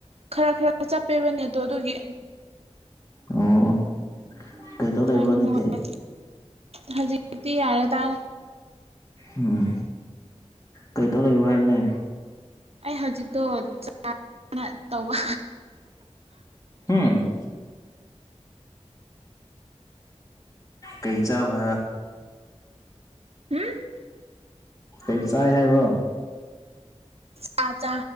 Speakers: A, on the right; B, on the left.
A: ꯈꯔ ꯈꯔ ꯆꯠꯄꯦꯕꯅꯦꯠꯇꯣ ꯑꯗꯨꯒꯤ
B: ꯑꯣ ꯀꯩ ꯇꯧ ꯂꯩꯕ꯭ꯔꯣ
A: ꯀꯅꯨꯡꯉ
B: ꯍꯧꯖꯤꯛꯇꯤ
A: ꯍꯧꯖꯤꯗꯤꯤ ꯌꯥ ꯇꯥ
B: ꯎꯝ ꯀꯩꯇꯧ ꯂꯩꯕ꯭ꯔꯣ ꯍꯥꯏꯕꯅꯦ
A: ꯑꯩ ꯍꯧꯖꯤꯛꯇꯣ ꯆꯅ ꯇꯧꯕ
B: ꯎꯝ ꯀꯩꯆꯥ ꯃ
A: ꯎꯝ
B: ꯦꯛ ꯆꯥꯏ ꯍꯥꯏꯕ꯭ꯔꯣ
A: ꯆꯥꯖ